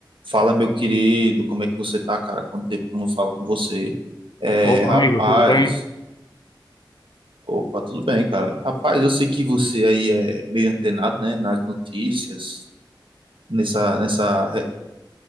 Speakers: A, on the right; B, on the left.
A: Fala, meu querido, como é que você tá, cara? Quanto tempo que eu não falo com você? É,
B: Opa,
A: rapaz,
B: amigo, tudo bem?
A: opa, tudo bem, cara. Rapaz, eu sei que você aí é meio antenado, né, nas notícias, nessa, nessa,